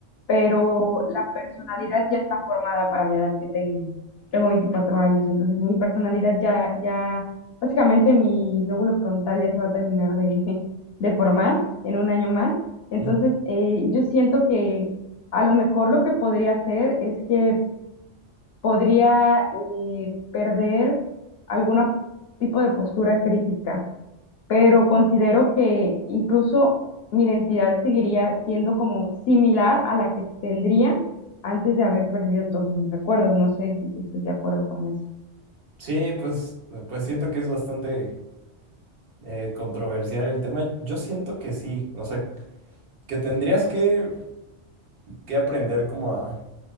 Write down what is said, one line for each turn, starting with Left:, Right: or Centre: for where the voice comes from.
Left: pero la personalidad ya está formada para la edad que tengo. Tengo 24 años, entonces mi personalidad ya, ya, básicamente mi lóbulo frontal ya se va a terminar de, <laughs> de formar en un año más. Entonces,
Right: <laughs>
Left: eh, yo siento que a lo mejor lo que podría hacer es que podría eh, perder algún tipo de postura crítica, pero considero que incluso mi identidad seguiría siendo como similar a la que tendría antes de haber perdido todos mis recuerdos. No sé si tú estás de acuerdo con eso.
Right: Sí, pues, pues siento que es bastante eh, controversial el tema. Yo siento que sí. O sea, Que tendrías que, que aprender como a,